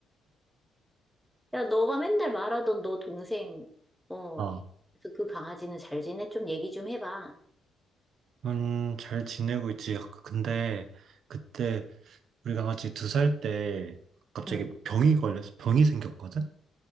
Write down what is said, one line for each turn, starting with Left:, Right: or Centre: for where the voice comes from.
Centre: 야, 너가 맨날 말하던 너 동생, 어,
Right: 아
Centre: 그래서 그 강아지는 잘 지내? 좀 얘기 좀 해봐.
Right: 음, 잘 지내고 있지. 아, 근데 그때 우리 강아지 두 살 때 갑자기
Centre: 응.
Right: 병이 걸려서 병이 생겼거든?